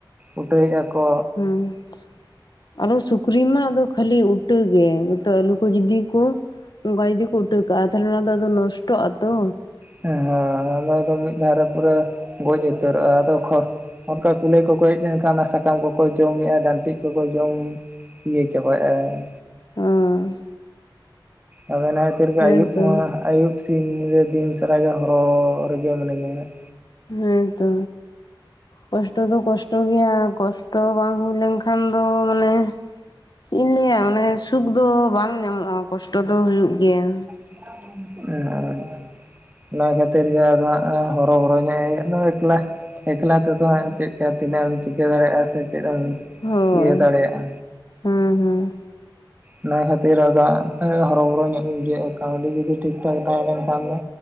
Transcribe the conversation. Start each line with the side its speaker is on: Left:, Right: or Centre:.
Right: ᱩᱴᱟᱹᱭᱮᱫ ᱟᱠᱚ
Left: ᱟᱨ ᱟᱨᱚ ᱥᱩᱠᱨᱤ ᱢᱟ ᱟᱫᱚ ᱠᱷᱟᱹᱞᱤ ᱩᱴᱟᱹᱜᱮ, ᱡᱚᱛᱚ ᱟᱞᱩᱠᱩ ᱡᱩᱚᱫᱤ ᱠᱚ ᱚᱱᱠᱟ ᱡᱚᱫᱤ! ᱩᱴᱟᱹ ᱠᱟᱜᱼᱟ ᱛᱟᱦᱚᱞᱮ ᱚᱱᱟ ᱫᱚ ᱟᱫᱚ ᱱᱚᱥᱴᱚᱜᱼᱟ ᱛᱚ᱾
Right: ᱦᱮᱸ ᱦᱸ ᱟᱫᱚᱫᱚ ᱢᱤᱫ ᱫᱷᱟᱣ ᱨᱮ ᱯᱩᱨᱟᱹ ᱜᱚᱡ ᱩᱛᱟᱹᱨᱚᱜᱼᱟ ᱟᱫᱚ᱾ ᱚᱱᱠᱟ ᱠᱩᱞᱟᱹᱭ ᱠᱚᱠᱚ ᱦᱮᱡ ᱞᱮᱱᱠᱷᱟᱱ, ᱥᱟᱠᱟᱢ ᱠᱚᱠᱚ ᱡᱚᱢᱮᱫᱼᱟ, ᱰᱷᱟᱹᱱᱴᱜ ᱠᱚᱠᱚ ᱡᱚᱢ ᱾ ᱤᱭᱟᱹ ᱪᱟᱵᱟ ᱮᱭᱟᱭ᱾
Left: ᱩᱸᱻ
Right: ᱟᱫ‌ ᱚᱱᱟ ᱠᱷᱟᱹᱛᱤᱨ ᱜᱮ
Left: ᱦᱮᱸᱛᱚ
Right: ᱟᱹᱭᱩᱵ ᱢᱟ ᱟᱹᱭᱩᱵ ᱥᱤ ᱨᱮ ᱫᱤᱱ ᱥᱟᱨᱟᱭ ᱦᱚᱨᱚ ᱨᱮᱜᱮ ᱢᱤᱱᱟᱹᱧᱟ ᱦᱟᱸᱜ᱾
Left: ᱦᱮᱸᱛᱚ ᱠᱚᱥᱴᱚ ᱫᱚ ᱠᱚᱥᱴᱚ ᱜᱮᱭᱟ ᱠᱚᱥᱴᱚ ᱵᱟᱝ ᱦᱩᱭ ᱞᱮᱱᱠᱷᱟᱱ ᱫᱚ ᱢᱟᱱᱮ! ᱪᱮᱫ ᱤᱧ ᱞᱟᱹᱭᱟ ᱢᱟᱱᱮ ᱥᱩᱠ ᱫᱚ ᱵᱟᱝ ᱧᱟᱢᱚᱜᱼᱟ, ᱠᱚᱥᱴᱚ ᱫᱚ ᱦᱩᱭᱩᱜᱭ ᱜᱮᱭᱟ᱾
Right: ᱦ <unintelligible> ᱚᱱᱟ ᱠᱷᱟᱹ ᱛᱤᱨ ᱜᱮ ᱟᱫᱚ ᱦᱚᱨ ᱵᱚᱨᱚᱧᱠᱞᱟ᱾ ᱮᱠᱞᱟ ᱛᱮᱫᱚ ᱦᱟᱸᱜ ᱪᱮᱫᱠᱟ ᱛᱤᱱᱟᱹᱜ ᱮᱢ ᱪᱤᱠᱟᱹ ᱫᱟᱲᱮᱭᱟᱜᱼᱟ, ᱥᱮ ᱪᱮᱫ ᱮᱢ
Left: ᱦᱳᱭ
Right: ᱤᱭᱟᱹ ᱫᱟᱲᱮᱭᱟᱜᱼᱟ᱾
Left: ᱦᱩᱸ ᱦᱩᱸ
Right: ᱚᱱᱟ ᱠᱷᱟᱹᱛᱤᱨ ᱟᱫᱚ ᱦᱚᱨᱚᱵᱚᱨᱚ ᱧᱚᱜ ᱜᱮᱧ ᱵᱩᱡᱷᱟᱹᱣᱟ ᱠᱟᱹᱣᱰᱤ ᱡᱚᱫᱤ ᱴᱷᱤᱠ ᱴᱷᱟᱠ ᱛᱟᱦᱮᱸ ᱞᱮᱱᱠᱷᱟᱱ ᱫᱚ᱾